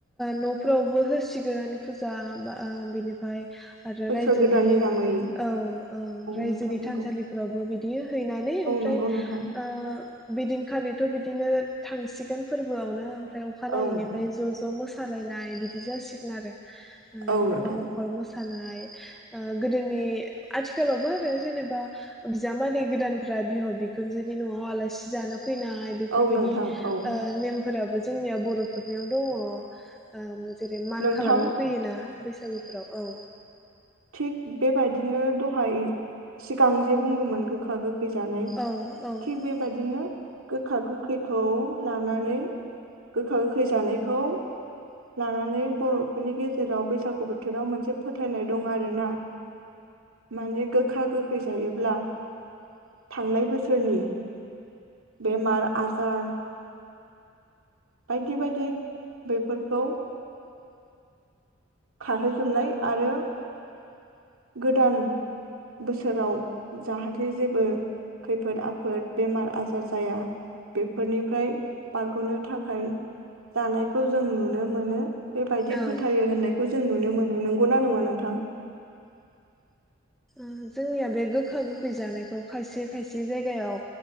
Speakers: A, in the centre; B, on the right.
A: न'फ्रावबो होसिगोन फुजा बा बिनिफ्राय आरो
B: बोसोर
A: रायजोनि
B: गोदाननि नामै
A: औ औ रायजोनि
B: नोंथां नंगौ
A: थानसालिफोरावबो बिदि बियो हैनानै ओमफ्राय।
B: नंगौ नोंथां औ।
A: ओ बिदिनखालिथ' बिदिनो थांसिगोन फोरबोआवनो। ओमफ्राय अखानायैनिफ्राय
B: औ नोंथां
A: ज' ज' मोसा सालायनाय बिदि जासिगोन आरो।
B: औ
A: न'खर
B: नोंथां
A: न'खर मोसा खानाय ओ गोदोनि आथिखालावबो आरो जेनेबा बिजामादै गोदानफ्रा बिहाव बि खुनजोनि न'आव आलासि जानो फैनाय बेफोर
B: औ
A: बायदि
B: नोंथां औ
A: ओ नेम फोराबो जोंनिया बर'फोरनियाव दङ' ओम जेरै मान
B: नोंथां
A: खालामनो फैयोना बैसागुफोराव औ
B: थिग बेबायदिनो दहाय सिगां जे बुंदोंमोन गोखा गोख खै जानाय
A: औ औ
B: थिग बेबायदिनो गो खा गोखैखौ लानानै गोखा गोखै जानायखौ लानानै बर'फोरनि गेजेराव बैसागु बोथोराव मोनसे फोथायनाय दं आरोना। माने गोखा गोखै जायोब्ला थांनाय बोसोरनि बेमार आजार बायदि बायदि बेफोरखौ खारहोजोबनाय आरो गोदान बोसोराव जाहाथे जेबो खैफोद आफोद बेमार आजार जाया बेफोरनिफ्राय बारग'नो थाखाय जानायखौ जों नुनो मोनो बेबायदि
A: औ
B: फोथायो होननाय खौ जों नुनो मोनो नंगौना नङा नोंथां?
A: उम जोंनिया बे गोखा गोखै जानायखौ खायसे खायसे जायगायाव